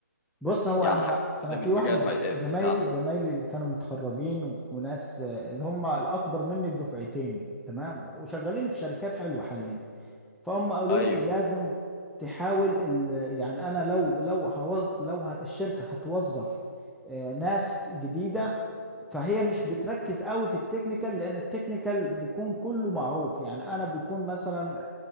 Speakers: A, in the centre; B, on the left (about 15°).
A: بص هو
B: يعني
A: انا
B: حاجه تخدم
A: انا في
B: المجال
A: واحد
B: ما- آه،
A: زمايلي
B: بتاعنا
A: زمايلي اللي كانوا متخرجين و- وناس آه، اللي هم الاكبر مني بدفعتين تمام وشغالين في شركات حلوة حاليا فهم قالوا
B: ايوه
A: لي لازم تحاول ال... يعني انا لو لو هوز... لو ه- الشركة هتوظف آه، ناس جديدة فهي مش بتركز قوي في التكنيكال لان التكنيكال بيكون كله معروف يعني انا بيكون مثلا